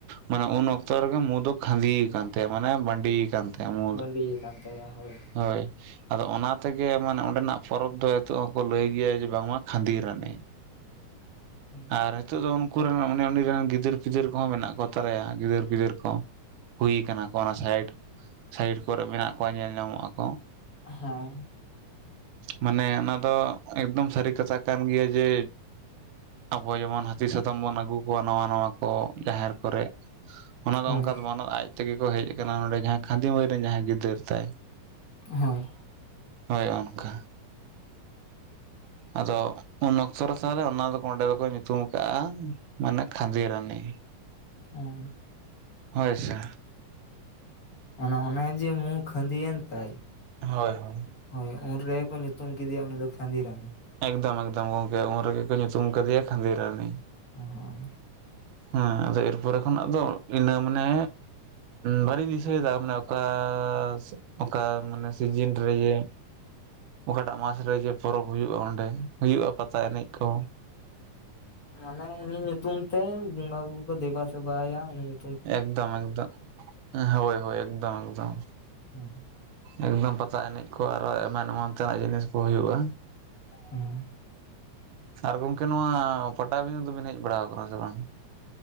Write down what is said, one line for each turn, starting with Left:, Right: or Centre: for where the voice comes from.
Right: ᱢᱟᱱᱮ ᱩᱱ ᱚᱠᱛᱚ ᱨᱮᱜᱮ ᱢᱩᱸ ᱫᱚ ᱠᱷᱟᱸᱫᱤ ᱟᱠᱟᱱ ᱛᱟᱭᱟ ᱢᱟᱱᱮ ᱵᱟᱺᱰᱤ᱾ ᱠᱟᱱᱛᱮ <unintelligible>
Left: ᱵᱟᱺᱰᱤ ᱟ᱾ᱠᱟᱱ ᱛᱟᱭᱟ ᱦᱳᱭ᱾
Right: ᱦᱳᱭ ᱟᱫᱚ ᱚᱱᱟ ᱛᱮᱜᱮ ᱢᱟᱱᱮ ᱚᱸᱰᱮᱱᱟᱜ ᱯᱚᱨᱚᱵᱽ ᱫᱚ ᱱᱤᱛᱚᱜ ᱦᱚᱸᱠᱚ ᱞᱟᱹᱭ ᱜᱮᱭᱟ ᱡᱮ ᱵᱟᱝᱢᱟ ᱠᱷᱟᱺᱫᱤᱨᱟᱱᱤ᱾
Left: <inaudible>
Right: ᱟᱨ ᱱᱤᱛᱚᱜ ᱫᱚ ᱩᱱᱠᱩᱨᱮᱱ ᱚᱱᱮ ᱩᱱᱤ ᱨᱮᱱ ᱜᱤᱫᱟᱹᱨ ᱯᱤᱫᱟᱹᱨ ᱠᱚᱦᱚᱸ ᱢᱮᱱᱟᱜ ᱠᱚᱛᱟᱞᱮᱭᱟ ᱜᱤᱫᱟᱹᱨ ᱯᱤᱫᱟᱹᱨ ᱠᱚ᱾ ᱦᱩᱭ ᱠᱟᱱᱟ ᱠᱚ ᱚᱱᱟ ᱥᱟᱭᱤᱰ ᱥᱟᱭᱤᱰ ᱠᱚᱨᱮ ᱢᱮᱱᱟᱜ ᱠᱚᱣᱟ ᱧᱮᱞ ᱧᱟᱢᱚᱜ ᱟᱠᱚ᱾
Left: ᱦᱮᱸ
Right: ᱢᱟᱱᱮ ᱚᱱᱟ ᱫᱚ ᱮᱠᱫᱚᱢ ᱥᱟᱹᱨᱤ ᱠᱟᱛᱷᱟ ᱠᱟᱱ ᱜᱮᱭᱟ ᱡᱮ᱾ ᱟᱵᱚ ᱡᱮᱢᱚᱱ ᱦᱟᱹᱛᱤ ᱥᱟᱫᱚᱢ ᱵᱚᱱ ᱟᱹᱜᱩ ᱠᱚᱣᱟ ᱱᱟᱣᱟ ᱱᱟᱣᱟ᱾ ᱠᱚ ᱡᱟᱦᱮᱨ ᱠᱚᱨᱮ ᱚᱱᱟ ᱫᱚ
Left: ᱦᱳᱭ
Right: ᱚᱱᱠᱟ ᱫᱚ ᱵᱟᱝ ᱚᱱᱟᱫᱚ᱾ ᱛᱮᱜᱮ ᱠᱚ ᱦᱮᱡ ᱟᱠᱟᱱᱟ ᱱᱚᱰᱮ ᱡᱟᱦᱟᱸᱭ ᱠᱷᱟᱺᱫᱤ ᱢᱟᱹᱭ ᱨᱮᱱ ᱡᱟᱦᱟᱸᱭ ᱜᱤᱫᱟᱹᱨ ᱛᱟᱭ᱾
Left: ᱦᱳᱭ
Right: ᱦᱳᱭ ᱚᱱᱠᱟ᱾ ᱟᱫᱚ ᱩᱱ ᱚᱠᱛᱚ ᱨᱮ ᱛᱟᱦᱚᱞᱮ ᱚᱱᱟ ᱫᱚ ᱚᱸᱰᱮ ᱫᱚᱠᱚ ᱧᱩᱛᱩᱢ ᱟᱠᱟᱜᱼᱟ ᱢᱟᱱᱮ ᱠᱷᱟᱺᱫᱤ ᱨᱟᱱᱤ᱾
Left: ᱟᱦᱸ <unintelligible>
Right: ᱦᱳᱭ ᱥᱮ
Left: ᱚᱱ ᱚᱱᱮ ᱡᱮ ᱢᱩ ᱠᱷᱟᱺᱫᱤᱭᱮᱱ ᱛᱟᱭ
Right: ᱦᱳᱭ ᱦᱳᱭ
Left: ᱦᱳᱭ ᱩᱱ ᱨᱮᱜᱮ ᱠᱚ ᱧᱩᱛᱩᱢ ᱠᱮᱫᱮᱭᱟ ᱩᱱᱤ ᱫᱚ ᱠᱷᱟᱺᱫᱤ ᱨᱟᱱᱤ
Right: ᱮᱠᱫᱚᱢ ᱮᱠᱫᱚᱢ ᱜᱚᱝᱠᱮ ᱩᱱ ᱨᱮᱜᱮ ᱠᱚ ᱧᱩᱛᱩᱢ ᱠᱟᱫᱮᱭᱟ ᱠᱷᱟᱺᱫᱤ ᱨᱟᱱᱤ
Left: ᱦᱩᱸ
Right: ᱦᱮᱸ ᱟᱫᱚ ᱮᱨᱯᱚᱨᱮ ᱠᱷᱚᱱᱟᱜ ᱫᱚ ᱤᱱᱟᱹ ᱢᱟᱱᱮ ᱵᱟᱹᱞᱤᱧ ᱫᱤᱥᱟᱹᱭᱮᱫᱟ ᱢᱟᱱᱮ ᱚᱠᱟᱻ ᱥᱮᱜ ᱚᱠᱟ ᱢᱟᱱᱮ ᱥᱤᱡᱤᱱ ᱨᱮ ᱤᱭᱟᱹ ᱚᱠᱟᱴᱟᱜ ᱢᱟᱥ ᱨᱮ ᱡᱮ ᱯᱚᱨᱚᱵᱽ ᱦᱩᱭᱩᱜᱼᱟ ᱚᱸᱰᱮ ᱦᱩᱭᱩᱜᱼᱟ ᱯᱟᱛᱟ ᱮᱱᱮᱡ ᱠᱚ
Left: ᱢᱟᱱᱮ ᱩᱱᱤ ᱧᱩᱛᱩᱢ ᱛᱮ ᱵᱚᱸᱜᱟ ᱵᱩᱨᱩ ᱠᱚ ᱫᱮᱵᱟ ᱥᱮᱵᱟᱭᱟ ᱩᱱᱤ ᱧᱩ
Right: ᱮᱠᱫᱚᱢ ᱮᱠᱫᱚᱢ ᱦᱳᱭ ᱦᱳᱭ ᱮᱠᱫᱚᱢ ᱮᱠᱫᱚᱢ
Left: ᱦᱮᱸ
Right: ᱮᱠᱫᱚᱢ ᱯᱟᱛᱟ ᱮᱱᱮᱡ ᱠᱚ ᱟᱨᱚ ᱮᱢᱟᱱ ᱮᱢᱟᱱ ᱛᱮᱱᱟᱜ ᱡᱤᱱᱤᱥ ᱠᱚ ᱦᱩᱭᱩᱜᱼᱟ
Left: ᱦᱩᱸ
Right: ᱟᱨ ᱜᱚᱝᱠᱮ ᱱᱚᱶᱟ ᱯᱟᱴᱟᱵᱤᱸᱫᱟᱹ ᱫᱚᱵᱤᱱ ᱦᱮᱡ ᱵᱟᱲᱟᱣ ᱠᱟᱱᱟ ᱥᱮ ᱵᱟᱝ